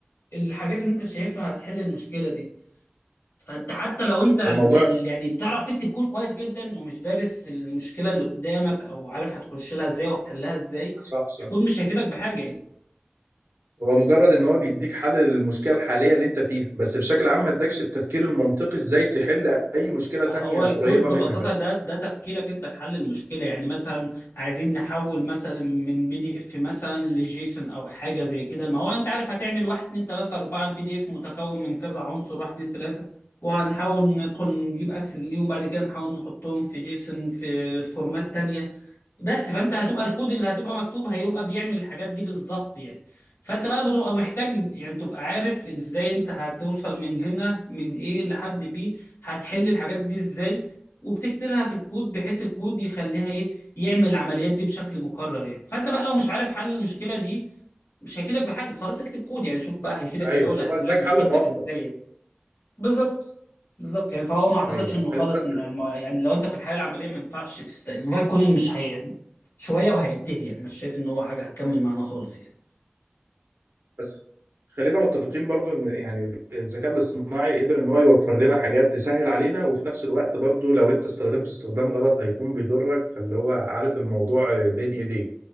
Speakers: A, on the left; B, on the right.
A: الحاجات اللي انت شايفها هتحل المشكله دي فانت حتى لو انت بت-
B: الموضوع
A: يعني بتعرف تكتب كود كويس جدا ومش دارس المشكله اللي قدامك او عارف هتخش لها ازاي وهتحلها ازاي
B: صح صح
A: الكود مش هيفيدك بحاجه يعني
B: هو مجرد ان هو بيديك حل للمشكله الحاليه اللي انت فيها بس بشكل عام ما ادكش التفكير المنطقي ازاي تحل اي مشكله تانية
A: هو الكود
B: قريبه
A: ببساطه
B: منها بس
A: ده ده تفكيرك انت لحل المشكله يعني مثلا عايزين نحول مثلا من بي دي اف مثلا لجيسون او حاجه زي كده ما هو انت عارف هتعمل 1 2 3 4 البي دي اف متكون من كذا عنصر 1 2 3 وهنحاول ندخل نجيب اكسس ليهم بعد كده نحاول نحطهم في جيسون في فورمات تانية بس فانت هتبقى الكود اللي هتبقى مكتوب هيبقى بيعمل الحاجات دي بالظبط يعني فانت بقى بتبقى محتاج يعني تبقى عارف ازاي انت هتوصل من هنا من ايه لحد بي هتحل الحاجات دي ازاي وبتكتبها في الكود بحيث الكود يخليها ايه يعمل العمليات دي بشكل مكرر يعني فانت بقى لو مش عارف حل المشكلة دي مش هيفيدك بحاجة خلاص اكتب كود يعني شوف بقى هيفيدك
B: ايوه
A: ازاي ولا
B: هو
A: هيحل
B: اداك
A: لك مشكلتك
B: حل مؤقت
A: ازاي يعني. بالظبط بالظبط يعني فهو ما اعتقدش
B: ايوه
A: انه خالص
B: خل- بس
A: ان ما- يعني لو انت في الحياه العمليه ما ينفعش تست... الفايب كودنج مش هي يعني شويه وهينتهي يعني مش شايف ان هو حاجه هتكمل معانا خالص يعني
B: بس خلينا متفقين برضو ان يعني الذكاء الاصطناعي قدر ان هو يوفر لنا حاجات تسهل علينا وفي نفس الوقت برضو لو انت استخدمته استخدام غلط هيكون بيضرك فاللي هو عارف الموضوع بين ايديك